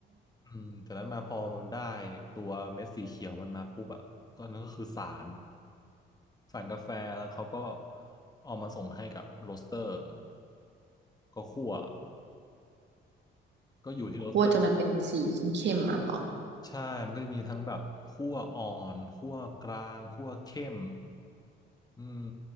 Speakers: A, on the left; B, on the right.
A: อืมจากนั้นมาพอมันได้ตัวเม็ดสีเขียวมันมาปุ๊บอ่ะก็นั่นก็คือสารสารกาแฟแล้วเขาก็เอามาส่งให้กับโรสเตอร์ก็คั่วก็อยู่ที่โรสเตอร์
B: คั่วจนมันเป็นสีเข้มๆอ่ะเหรอ
A: ใช่มันก็จะมีทั้งแบบคั่วอ่อนคั่วกลางคั่วเข้มอืม